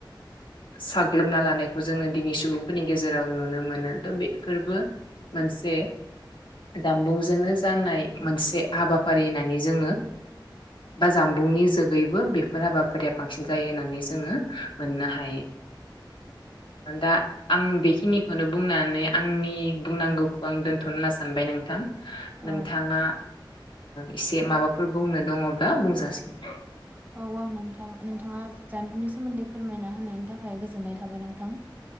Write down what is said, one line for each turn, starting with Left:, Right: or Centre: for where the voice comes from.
Left: साग्लोबना लानायखौ जोङो दिनै सुबुं फोरनि गेजेराव नुनो मोनो' बे थ' बे फोरबो मोनसे जामबुंजोंनो जानाय मोनसे हाबाफारि होननानै जोङो बा जामबुंनि जोगैबो बेफोर हाबाफारिया फांसिन जायो होननानै जोङो मोननो हायो दा <inaudible> नोंथाङा
Right: औ
Left: एसे माबाफोर बुंनो दङब्ला बुंजासि <inaudible>
Right: औ आं नोंथां नोंथाङा जानबुंनि सोमोन्दै फोरमायना होनायनि थाखाय गोजोननाय थाबाय नोंथां